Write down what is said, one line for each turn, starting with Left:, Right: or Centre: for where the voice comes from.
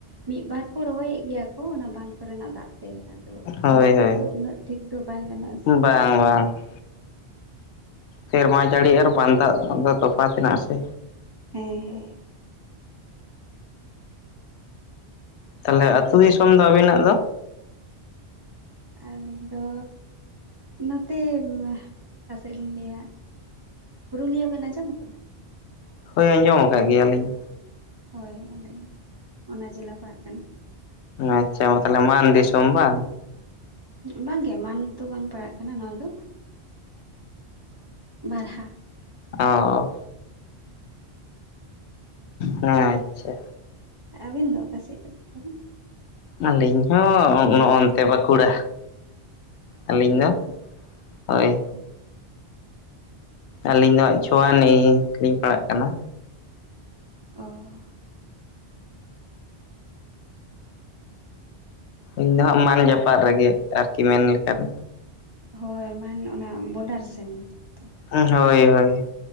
Right: ᱢᱤᱫᱵᱟᱨ ᱠᱚ ᱨᱚᱦᱚᱭᱮᱫ ᱜᱮᱭᱟ ᱠᱚ ᱚᱱᱟ ᱵᱟᱸᱫᱷ ᱠᱚᱨᱮᱱᱟᱜ ᱫᱟᱜ ᱛᱮ ᱟᱫᱚ
Left: ᱦᱳᱭ
Right: ᱚᱱᱟ
Left: ᱦᱳᱭ
Right: ᱛᱮᱛᱚ ᱩᱱᱟᱹᱜ ᱴᱷᱤᱠ ᱫᱚ ᱵᱟᱭ ᱜᱟᱱᱚᱜᱼᱟ ᱥᱮ
Left: ᱵᱟᱝ ᱵᱟᱝ <unintelligible> ᱥᱮᱨᱢᱟ ᱡᱟᱹᱲᱤ ᱟᱨ ᱵᱟᱱ ᱫᱟᱜ ᱫᱚ ᱛᱚᱯᱷᱟᱛ ᱢᱮᱱᱟᱜ ᱟᱥᱮ
Right: ᱦᱮᱸ ᱦᱮᱸ
Left: ᱛᱟᱦᱚᱞᱮ ᱟᱹᱛᱩ ᱫᱤᱥᱚᱢ ᱫᱚ ᱟᱵᱤᱱᱟᱜ ᱫᱚ
Right: ᱟᱹᱞᱮ ᱫᱚ ᱱᱚᱛᱮ ᱠᱟᱥᱮᱫ ᱞᱤᱧ ᱞᱟᱹᱭᱟ ᱯᱩᱨᱩᱞᱤᱭᱟᱹ ᱵᱮᱱ ᱟᱸᱡᱚᱢ ᱟᱠᱟᱫᱟ
Left: ᱦᱳᱭ ᱟᱸᱡᱚᱢ ᱟᱠᱟᱫ ᱜᱮᱭᱟᱞᱤᱧ
Right: ᱦᱳᱭ ᱟᱞᱮ ᱦᱚ ᱚᱱᱟ ᱡᱮᱞᱟ ᱯᱟᱲᱟᱜ ᱠᱟᱱᱟ
Left: ᱟᱪᱪᱷᱟ ᱢᱟ ᱛᱟᱦᱚᱞᱮ ᱢᱟᱱ ᱫᱤᱥᱚᱢ ᱵᱟᱝ
Right: ᱵᱟᱝᱜᱮ ᱢᱟᱱ ᱫᱚ ᱵᱟᱝ ᱯᱟᱲᱟᱜ ᱠᱟᱱᱟ ᱱᱚᱣᱟ ᱫᱚ ᱵᱟᱨᱦᱟ
Left: ᱚ ᱦᱮᱸ ᱟᱪᱪᱷᱟ
Right: ᱟᱹᱵᱤᱱ ᱫᱚ ᱚᱠᱟ ᱥᱮᱫ ᱛᱟᱵᱤᱱ?
Left: ᱟᱹᱞᱤᱧ ᱦᱚᱸ ᱚᱸᱜ ᱱᱚᱜᱼᱚᱱᱛᱮ ᱵᱟᱸᱠᱩᱲᱟ
Right: ᱵᱟᱸᱠᱩᱲᱟ
Left: ᱟᱹᱞᱤᱧ ᱫᱚ
Right: ᱵᱟᱝ
Left: ᱦᱳᱭ
Right: ᱚ
Left: ᱟᱹᱞᱤᱧ ᱫᱚ ᱪᱷᱳᱣᱟ ᱱᱤ ᱞᱤᱧ ᱯᱟᱲᱟᱜ ᱠᱟᱱᱟ
Right: ᱚᱸᱻ
Left: ᱤᱧ ᱫᱚ ᱦᱟᱸᱜ ᱢᱟᱱ ᱡᱟᱯᱟᱜ ᱨᱮᱜᱮ ᱟᱨᱠᱤ ᱢᱮᱱ ᱞᱮᱠᱷᱟᱱ
Right: ᱦᱳᱭ ᱢᱟᱱ ᱚᱱᱟ ᱵᱚᱰᱟᱨ ᱥᱮᱱ ᱛᱚ᱾
Left: ᱦᱳᱭ ᱦᱳᱭ